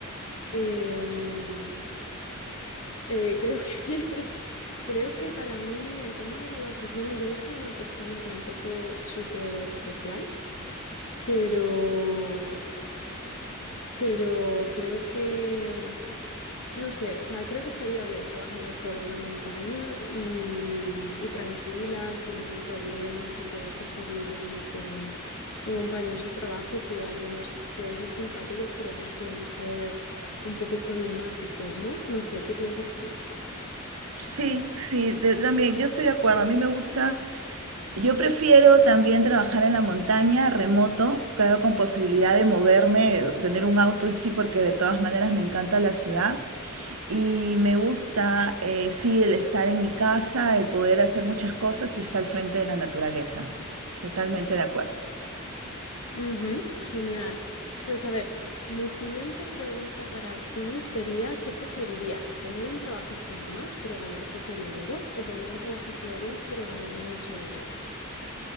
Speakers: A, on the left; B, on the right.
A: eh, mm, eh, creo que, <laughs> creo que para mí el tema de ir a la oficina, yo no soy una persona tampoco súper social, pero, pero creo que mm, No sé, o sea, creo que estaría bien trabajando sola en la montaña y, y tranquila, sin ningún problema, sin tener que estar lidiando con, con compañeros de trabajo que algunos pueden ser simpáticos, pero otros pueden ser un poco problemáticos, ¿no? No sé, ¿qué piensas tú?
B: Sí, sí, de- también yo estoy de acuerdo. A mí me gusta, yo prefiero también trabajar en la montaña, remoto, claro, con posibilidad de moverme, tener un auto en sí, porque de todas maneras me encanta la ciudad. Y me gusta, eh, sí, el estar en mi casa, el poder hacer muchas cosas y estar al frente de la naturaleza. Totalmente de acuerdo.
A: Ujú, genial. Pues a ver, mi siguiente pregunta para ti sería, ¿qué preferirías? ¿Tener un trabajo que amas pero ganar poco dinero o tener un trabajo que odias pero ganar mucho dinero?